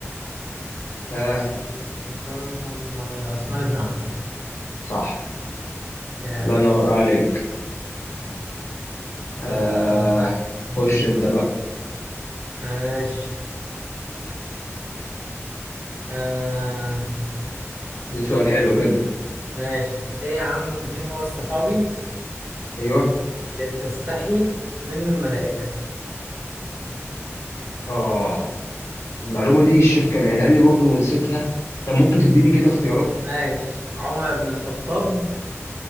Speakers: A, on the left; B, on the right.
A: آه
B: ولا طلحة بن ع- عثمان بن عفان
A: صح
B: جامد
A: الله ينور عليك
B: جامد.
A: آه
B: يلا مم.
A: خش أنت بقى
B: ماشي آه.
A: دي سؤال حلو كده
B: ماشي ايه يا عم مين هو الصحابي
A: أيوة
B: اللي بتستحي منه الملائكة
A: آه المعلومة دي الشيخ كان قايلها لي برضو ونسيتها طب ممكن تديني كده اختيارات
B: ماشي عمر بن الخطاب